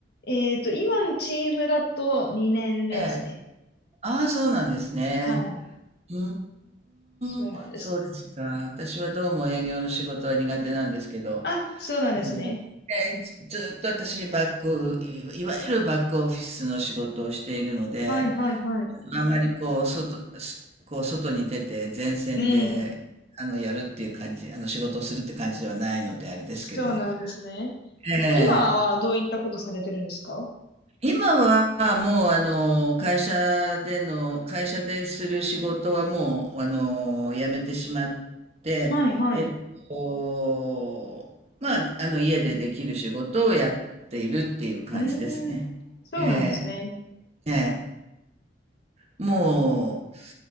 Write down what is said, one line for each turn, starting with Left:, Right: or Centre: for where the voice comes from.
Left: えっと、今のチームだと2年目ですね。
Right: ええ。ああ、そうなんですね。
Left: はい、
Right: う
Left: そうなんです。
Right: ーん、そうですか。私はどうも営業の仕事は苦手なんですけど、
Left: あ、そうなんですね。
Right: あの、えーずずっと私バック、いいわゆるバックオフィスの仕事をしているので、
Left: はい、はい、はい。
Right: あんまりこう、外、すこう外に出て前線で、
Left: うん、
Right: あの、やるっていう感じ、あの、仕事をするって感じではないので、あれですけど、
Left: そうなんですね。
Right: ええ
Left: 今はどういったことされてるんですか
Right: 今はもうあの会社での会社でする仕事はもうあの辞めてしまってえっとまああの家でできる仕事をやっているっていう感じですね。
Left: はい、はい。うーん、そうなんですね。
Right: ええええもう、